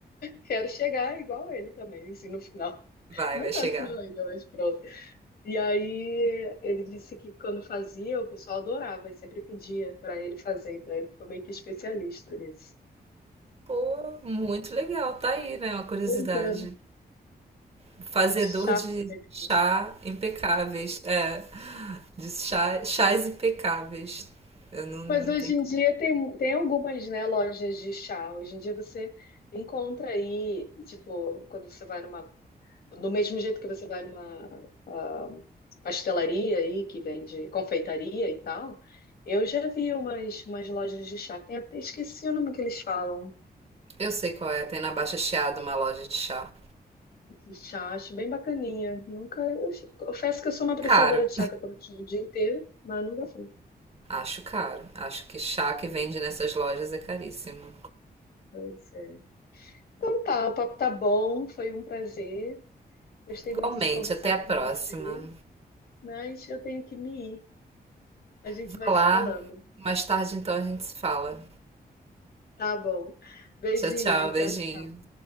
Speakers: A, on the left; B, on the right.
A: Quero chegar igual ele também, assim, no final.
B: Vai,
A: Não
B: vai
A: tá
B: chegar.
A: no final ainda, mas pronto. E aí ele disse que quando fazia, o pessoal adorava e sempre pedia para ele fazer, então ele ficou meio que especialista nisso.
B: Pô, muito legal, tá aí, né? Uma curiosidade.
A: Pois é.
B: Fazedor
A: Chá
B: de
A: preto.
B: chá impecáveis. É, de chá, chás impecáveis. Eu não, não
A: Mas hoje
B: tenho.
A: em dia tem, tem algumas, né, lojas de chá. Hoje em dia você encontra aí, tipo, quando você vai numa. Do mesmo jeito que você vai numa ah, pastelaria aí, que vende confeitaria e tal, eu já vi umas, umas lojas de chá. Tem até esqueci o nome que eles falam.
B: Eu sei qual é. Tem na Baixa Chiado uma loja de chá.
A: de chá, acho bem bacaninha. Nunca, eu ch- confesso que eu sou uma apreciadora
B: Caro.
A: de chá que eu tomo o dia inteiro, mas nunca fui.
B: Acho caro. Acho que chá que
A: É,
B: vende nessas lojas é caríssimo.
A: pois é. Então tá, o papo tá bom, foi um prazer. Gostei
B: Igualmente,
A: muito de conversar
B: até a
A: com
B: próxima.
A: você, mas eu tenho que me ir. A gente
B: Vá
A: vai se
B: lá.
A: falando.
B: Mais tarde, então, a gente se fala.
A: Tá bom. Beijinho,
B: Tchau, tchau.
A: tchau,
B: Beijinho.
A: tchau.